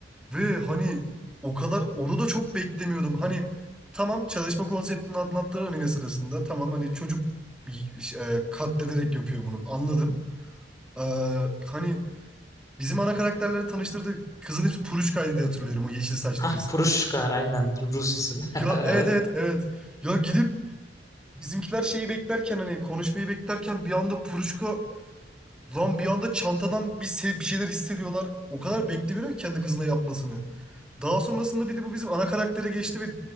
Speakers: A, in the centre; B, on the left.
A: Ve hani o kadar onu da çok beklemiyordum. Hani tamam çalışma konseptini anlattığı anime sırasında tamam hani çocuk e, katlederek yapıyor bunu anladım. Ee, hani bizim ana karakterleri tanıştırdı kızın hepsi Puruşka'ydı diye hatırlıyorum o yeşil saçlı
B: <laughs>
A: kız.
B: Puruşka aynen Rus isim.
A: Ya
B: <laughs> Evet.
A: evet evet evet. Ya gidip bizimkiler şeyi beklerken hani konuşmayı beklerken bir anda Puruşka lan bir anda çantadan bir, se- bir şeyler hissediyorlar. O kadar beklemiyorum ki kendi kızına yapmasını. Daha sonrasında bir de bu bizim ana karaktere geçti ve